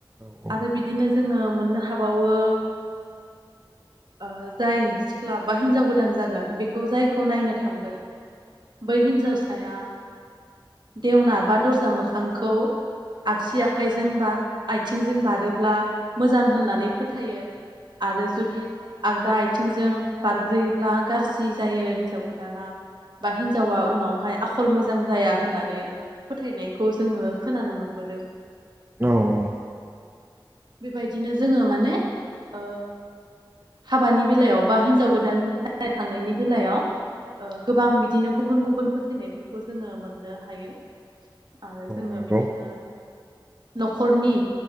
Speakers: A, on the right (about 25°); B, on the right (about 60°).
A: औ
B: आरो बिदिनो जों मोननो हाबावो ओ जाय सिख्ला बा हिनजाव गोदान जागोन बे जायखौ नायनो थांदों बै हिनजावसाया देवना बा दर्जा मोखांखौ आगसि आखाइजों बा आथिंजों बारोब्ला मोजां होननानै फोथायो आरो जुदि आगदा आथिंजों बारग्रोयोब्ला गाज्रि जायो हिनजाव गोदाना बा हिनजावा उनावहाय आखल मोजां जाया होननानै फोथायनायखौ जोङो खोनानो मोनबोदों।
A: औ औ।
B: बेबायदिनो जोङो माने ओ हाबानि बेलायाव बा हिनजाव गोदान नायनो थांनायनि बेलायाव ओ गोबां बिदिनो गुबुन गुबुन फोथायनायफोरखौ जोङो मोनो नो हायो आरो जोङो
A: नंगौ
B: बिदिनो न'खरनि